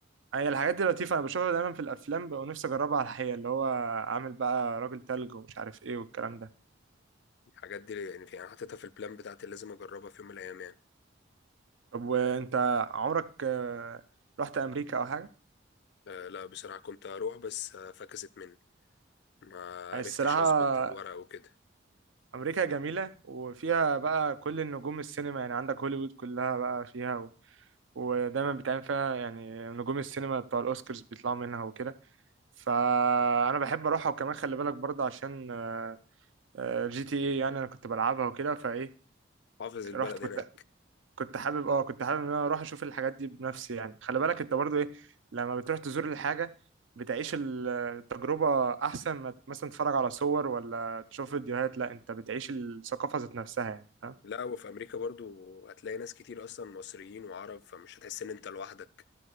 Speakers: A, on the right (about 75°); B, on the left (about 60°).
A: هي الحاجات دي لطيفة انا بشوفها دايما في الافلام بقى ونفسي اجربها على الحقيقة اللي هو عامل بقى راجل تلج ومش عارف ايه والكلام ده
B: الحاجات دي يعني في انا حاططها في البلان بتاعتي اللي لازم اجربها في يوم من الايام يعني
A: طب وانت عمرك آه، رحت امريكا او حاجة؟
B: آه، لا بصراحة كنت اروح بس آه، فكست مني ما
A: يعني
B: عرفتش
A: الصراحة
B: اظبط الورق وكده
A: أمريكا جميلة وفيها بقى كل النجوم السينما يعني عندك هوليوود كلها بقى فيها و... ودايما بتعمل فيها يعني نجوم السينما بتوع الأوسكارز بيطلعوا منها وكده فأنا بحب أروحها وكمان خلي بالك برضه عشان آه، آه، جي تي اي يعني أنا كنت بلعبها وكده فإيه
B: حافظ البلد
A: رحت كنت
B: هناك
A: كنت حابب اه كنت حابب ان انا اروح اشوف الحاجات دي بنفسي يعني خلي بالك انت برضو ايه لما بتروح تزور الحاجة بتعيش ال- التجربة احسن ما مثلا تتفرج على صور ولا تشوف فيديوهات لا انت بتعيش الثقافة ذات نفسها يعني فاهم
B: لا وفي امريكا برضو هتلاقي ناس كتير اصلا مصريين وعرب فمش هتحس ان انت لوحدك